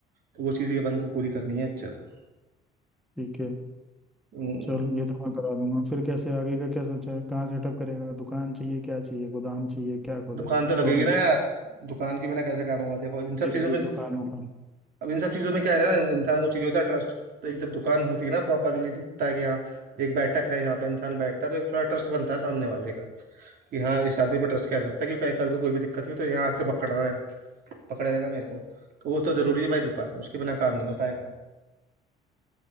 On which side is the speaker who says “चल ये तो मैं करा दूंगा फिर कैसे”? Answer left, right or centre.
Centre